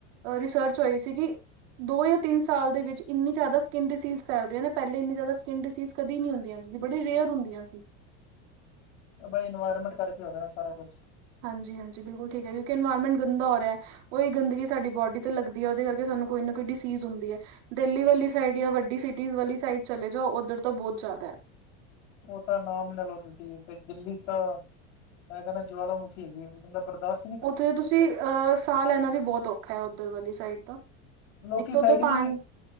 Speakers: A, on the right (about 70°); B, on the left (about 85°).
A: ਰਿਸਰਚ ਹੋਈ ਸੀਗੀ ਦੋ ਜਾਂ ਤਿੰਨ ਸਾਲ ਦੇ ਵਿੱਚ ਇੰਨੀ ਜ਼ਿਆਦਾ ਸਕਨ ਡਿਸੀਜ਼ ਫੈਲ ਰਹੀ ਏ ਨਾ ਪਹਿਲੇ ਇੰਨੀ ਜ਼ਿਆਦਾ ਸਕਿਨ ਡਿਸੀਜ਼ ਕਦੀ ਨੀ ਹੁੰਦੀਆਂ ਜਦੀ ਬੜੀ ਰੇਅਰ ਹੁੰਦੀਆਂ ਸੀ
B: ਬਾਈ ਇਨਵਾਇਰਮੈਂਟ ਕਰਕੇ ਹੋ ਰਿਹਾ ਸਾਰਾ ਕੁਛ
A: ਹਾਂਜੀ ਹਾਂਜੀ ਬਿਲਕੁਲ ਠੀਕ ਹੈ ਕਿਉਂਕਿ ਇਨਵਾਇਰਮੈਂਟ ਗੰਦਾ ਹੋ ਰਿਹਾ ਉਹ ਹੀ ਗੰਦਗੀ ਸਾਡੀ ਬੋਡੀ ਤੇ ਲੱਗਦੀ ਏ ਉਹਦੇ ਕਰਕੇ ਸਾਨੂੰ ਕੋਈ ਨਾ ਕੋਈ ਡਿਸੀਜ਼ ਹੁੰਦੀ ਹੈ ਦਿੱਲੀ ਵਾਲੀ ਸਾਈਡ ਜਾਂ ਵੱਡੀ ਸਿਟੀ ਵਾਲੀ ਸਾਈਡ ਚਲੇ ਜਾਓ ਉੱਧਰ ਤੋਂ ਬਹੁਤ ਜ਼ਿਆਦਾ
B: ਉਹ ਤਾਂ ਨਾਮ ਲੈ ਲਓ ਤੁਸੀਂ ਦਿੱਲੀ ਤਾਂ ਮੈਂ ਕਹਿੰਨਾ ਜੁਵਾਲਾ ਮੁਖੀ ਹੈਗੀ ਬੰਦਾ ਬਰਦਾਸ਼
A: ਉੱਥੇ ਤੁਸੀਂ ਅਹ ਸਾਹ ਲੈਣਾ ਵੀ ਬਹੁਤ ਔਖਾ ਏ ਉੱਧਰ ਵਾਲੀ ਸਾਈਡ। ਤਾਂ
B: ਲੋਕੀ
A: ਇੱਕ ਤਾਂ
B: ਸਾਈਕਲਿੰਗ
A: ਉੱਧਰ ਪਾਣੀ
B: ਈ